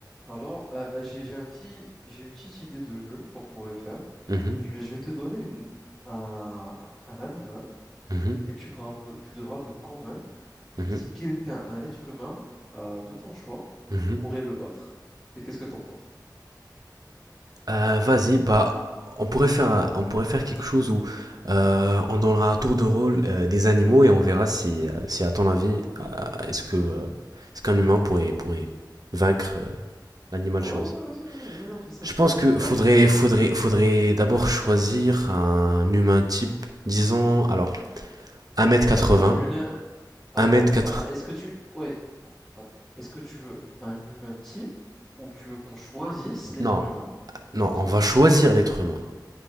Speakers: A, in the centre; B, on the right (about 55°).
A: Alors, euh, j'ai j'ai un petit, j'ai une petite idée de jeu qu'on pourrait faire.
B: Mhm,
A: Je vais, je vais te donner une, un, un- un animal
B: mhm,
A: et tu devras me, tu devras me convaincre
B: mhm,
A: si quelqu'un, un être humain euh, de ton choix,
B: mhm.
A: pourrait le battre. Et Qu'est-ce que t'en penses?
B: Euh, vas-y, bah, on pourrait faire, un- on pourrait faire quelque chose où euh, on donnera à tour de rôle euh, des animaux et on verra si, euh, si à ton avis, euh, est-ce que, euh, est-ce qu'un humain pourrait, pourrait vaincre euh, l'animal
A: Oh,
B: choisi.
A: ouais, vas-y, vas-y, vas-y, vas-y, on fait ça.
B: Je pense que
A: Ah,
B: faudrait,
A: tu débutes?
B: faudrait, faudrait d'abord choisir un humain type, disons, alors, 1m80,
A: Un humain... Attends,
B: 1m4,
A: attends, attends. Ah, Est-ce que tu... Ouais, attends, attends. Est-ce que tu veux un humain type ou tu veux qu'on choisisse l'être
B: non,
A: humain?
B: non,
A: Parce-
B: on va choisir l'être humain,